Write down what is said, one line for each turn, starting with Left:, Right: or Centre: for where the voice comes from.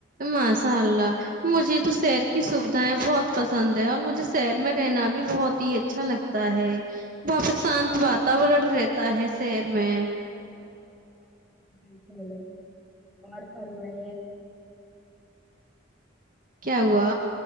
Right: ماشاء اللہ مجھے تو شہر کی سوھائیں بہت پسند ہے اور مجھے شہر میں رہنا بھی بہت ہی اچھا لگتا ہے بہت شانت واتورن رہتا ہے شہر میں
Centre: بالکل اور فرمائی
Right: کیا ہوا